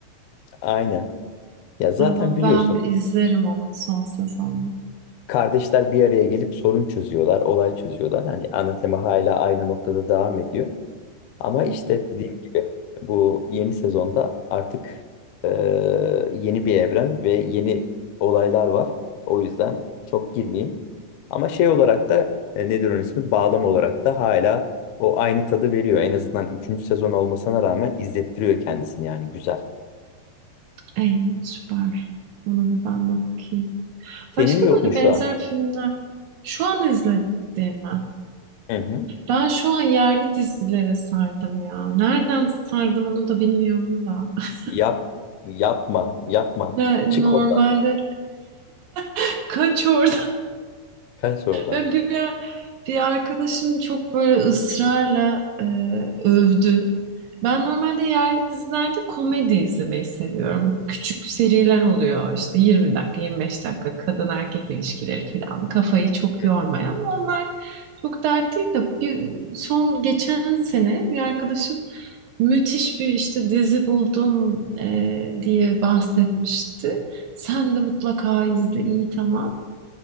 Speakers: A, on the left; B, on the right.
A: aynen. Ya zaten
B: Tamam
A: biliyorsun
B: ben bir izlerim onun son sezonunu.
A: kardeşler bir araya gelip sorun çözüyorlar, olay çözüyorlar. Hani ana tema hala aynı noktada devam ediyor. Ama işte
B: Hı.
A: dediğim gibi bu yeni sezonda artık e, yeni bir evren ve yeni olaylar var. O yüzden çok girmeyeyim. Ama şey olarak da e, nedir onun ismi? Bağlam olarak da hala o aynı tadı veriyor. En azından üçüncü sezon olmasına rağmen izlettiriyor kendisini yani güzel.
B: Ey süper. Ona bir ben bakayım.
A: Senin
B: Başka
A: yok
B: böyle
A: mu şu
B: benzer
A: an?
B: filmler şu an izlediğim mi?
A: Hı hı.
B: Ben şu an yerli dizilere sardım ya. Nereden sardım onu da bilmiyorum da. <laughs>
A: Yap, yapma, yapma.
B: Ya Normalde
A: Çık oradan,
B: <laughs> kaçıyor.
A: kaç oradan.
B: Ve Bir, bir arkadaşım çok böyle ısrarla e, övdü. Ben normalde yerli dizilerde komedi izlemeyi seviyorum. Küçük seriler oluyor işte 20 dakika, 25 dakika kadın erkek ilişkileri falan. Kafayı çok
A: Hı
B: yormayan
A: hı.
B: onlar çok dert değil de bir, son geçen sene bir arkadaşım müthiş bir işte dizi buldum e, diye bahsetmişti. Sen de mutlaka izle iyi tamam.